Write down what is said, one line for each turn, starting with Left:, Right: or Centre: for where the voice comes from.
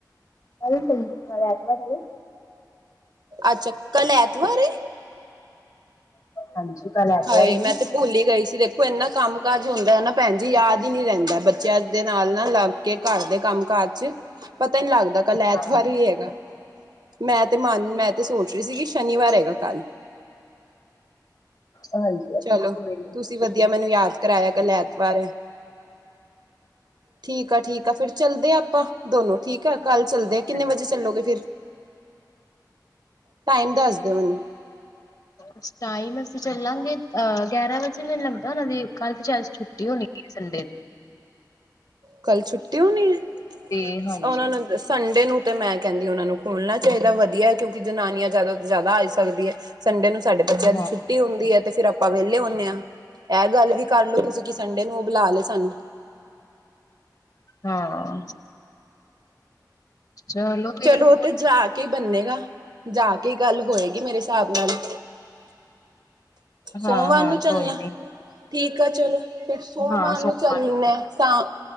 Left: ਕੱਲ ਨੂੰ ਸੰਡ--ਐਤਵਾਰ ਐ।
Right: ਅੱਛਾ, ਕੱਲ ਐਤਵਾਰ ਏ?
Left: ਹਾਂਜੀ ਕੱਲ ਐਤਵਾਰ
Right: ਹਾਏ
Left: ਹੀ
Right: ਮੈਂ
Left: ਹੈ
Right: ਤੇ ਭੁਲੀ ਈ ਗਈ ਸੀ, ਦੇਖੋ ਏਨਾ ਕੰਮ ਕਾਜ ਹੁੰਦਾ ਨਾ ਭੈਣਜੀ ਯਾਦ ਈ ਨੀ ਰਹਿੰਦਾ, ਬੱਚਿਆਂ ਦੇ ਨਾਲ ਨਾਲ ਆ ਕੇ ਘੱਰ ਦੇ ਕੰਮ ਕਾਜ ਚ ਪਤਾ ਈ ਨੀ ਲੱਗਦਾ ਕੱਲ ਐਤਵਾਰ
Left: ਹਾਂ ਹਾਂ
Right: ਵੀ ਹੈਗਾ। ਮੈਂ ਤੇ ਮਨ ਮੈਂ ਤੇ ਸੋਚ ਰੀ ਸੀਗੀ ਸ਼ਨੀਵਾਰ ਹੈਗਾ ਕੱਲ।
Left: ਹਾਂਜੀ ਹਾਂਜੀ
Right: ਚਲੋ,
Left: ਕੋਈ ਨੀ
Right: ਤੁਸੀਂ ਵਧੀਆ ਮੈਨੂੰ ਯਾਦ ਕਰਾਇਆ ਕੱਲ ਐਤਵਾਰ ਐ‌। ਠੀਕ ਆ ਠੀਕ ਆ ਫੇਰ ਚੱਲਦੇ ਆ ਅਪਾਂ ਦੋਨੋ ਠੀਕ ਆ। ਕੱਲ ਚੱਲਦੇ ਆਂ, ਕਿੰਨੇ
Left: ਚੱਲਾਂਗੇ
Right: ਵਜੇ ਚੱਲੋਗੇ ਫੇਰ? ਟਾਈਮ ਦੱਸ ਦੇਓ ਮੈਨੂੰ।
Left: ਬਸ ਟਾਇਮ ਅਸੀਂ ਚਲਾਂਗੇ ਅਹ ਗਿਆਰਾਂ ਵਜੇ ਮੈਨੂੰ ਲੱਗਦਾ ਓਨਾਂ ਦੇ ਕੱਲ ਤੇ ਛੈਦ ਛੁੱਟੀ ਹੋਣੀ ਏ ਸੰਡੇ ਦੀ।
Right: ਕੱਲ ਛੁੱਟੀ ਹੋਣੀ ਏ
Left: ਤੇ ਹਾਂਜੀ
Right: ਓਹਨਾਂ ਨੂੰ ਸੰਡੇ ਨੂੰ ਤੇ ਮੈਂ ਕੈੰਦੀ ਓਨਾਂ ਨੂੰ ਖੁਲਣਾ ਚਾਈਦਾ, ਵਧੀਆ ਐ ਕਿਉਂਕਿ ਜਨਾਨੀਆਂ ਜਿਆਦਾ ਤੋਂ ਜਿਆਦਾ ਆਏ ਸਕਦੀ ਐ। ਸੰਡੇ ਨੂੰ ਸਾਡੇ ਬੱਚਿਆਂ ਦੀ
Left: ਹਾਂ
Right: ਛੁੱਟੀ ਹੁੰਦੀ ਐ, ਤੇ ਫਿਰ ਅਪ ਆਪਾਂ ਵਿਹਲੇ ਹੁੰਨੇ ਆਂ, ਐਹ ਗੱਲ ਵੀ ਕਰ ਲੋ ਤੁਸੀਂ ਕਿ ਸੰਡੇ ਨੂੰ ਓਹ ਬੁਲਾ ਲੇ ਸਾਨੂੰ।
Left: ਹਾਂ, ਚਲੋ ਫੇਰ
Right: ਚਲੋ ਓ ਤੇ ਜਾ ਕੇ ਈ ਬੰਨੇਗਾ, ਜਾ ਕੇ ਈ ਗੱਲ ਹੋਏਗੀ ਮੇਰੇ ਸਾਬ ਨਾਲ।
Left: ਹਾਂ
Right: ਸੋਮਵਾਰ
Left: ਹਾਂ
Right: ਨੂੰ ਚੱਲਣਾ,
Left: ਕੋਈ ਨੀ
Right: ਠੀਕ ਆ ਚਲੋ ਫਿਰ ਸੋਮਵਾਰ
Left: ਹਾਂ ਸੋਮਵਾਰ
Right: ਨੂੰ ਚੱਲ ਲੇਨੇ ਆ ਸਾਂ